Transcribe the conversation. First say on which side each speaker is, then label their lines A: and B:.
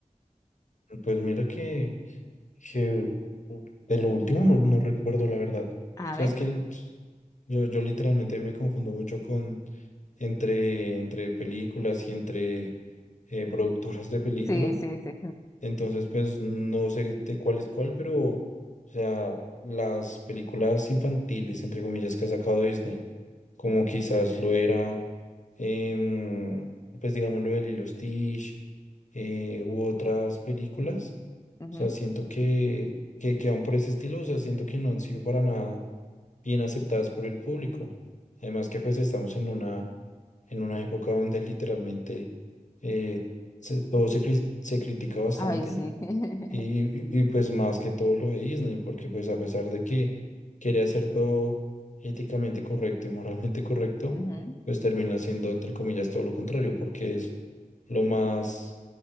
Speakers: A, on the left (about 60°); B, on the left (about 20°).
A: pues mira que, que u- de lo último no, no recuerdo la verdad. O
B: A
A: sea,
B: ver,
A: es que yo, yo literalmente me confundo mucho con entre, entre películas y entre eh, productoras de película
B: sí, sí, sí.
A: Entonces, pues no sé de cuál es cuál, pero, o sea, las películas infantiles, entre comillas, que ha sacado Disney, como quizás lo era, em, pues digamos lo de Lilo y Stitch, eh, u otras películas,
B: ujú.
A: o sea, siento que, que, que van por ese estilo, o sea, siento que no han sido para nada bien aceptadas por el público. Además que pues estamos en una, en una época donde literalmente eh, se- todo se, cri- se critica bastante.
B: Ay, sí. <laughs>
A: Y, y- y, pues más que todo lo de Disney, porque pues a pesar de que quiere hacer todo éticamente correcto y moralmente correcto,
B: Ujú.
A: pues termina siendo entre comillas todo lo contrario, porque es lo más